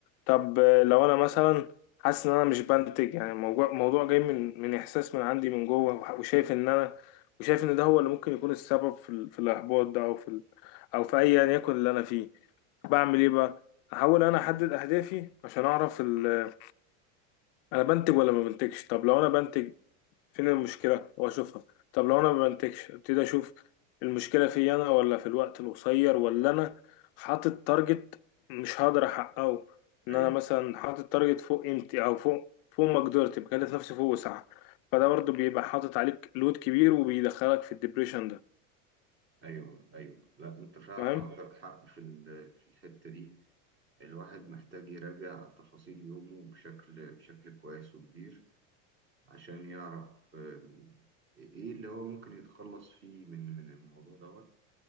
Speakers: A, on the left; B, on the right.
A: طب آه، لو انا مثلا حاسس ان انا مش بنتج يعني موضوع موضوع جاي من من احساس من عندي من جوه وح- وشايف ان انا وشايف ان ده هو اللي ممكن يكون السبب في ال- في الاحباط ده او في ال... او في ايا يكن اللي انا فيه بعمل ايه بقى احاول انا احدد اهدافي عشان اعرف ال... انا بنتج ولا ما بنتجش طب لو انا بنتج فين المشكلة واشوفها طب لو انا ما بنتجش ابتدي اشوف المشكلة في انا ولا في الوقت القصير ولا انا حاطط تارجت مش هقدر احققه ان
B: أيوه
A: انا مثلا حاطط تارجت فوق قيمتي او فوق فوق مقدرتي بكلف نفسي فوق وسعها فده برضه بيبقى حاطط عليك لود كبير وبيدخلك في الدبريشن ده
B: ايوه ايوه لا انت فعلا
A: فاهم
B: عندك فاهم؟ حق في ال- في الحته دي الواحد محتاج يراجع تفاصيل يومه بشكل بشكل كويس وكبير عشان يعرف آم، ايه اللي هو ممكن يتخلص فيه من من الموضوع دوت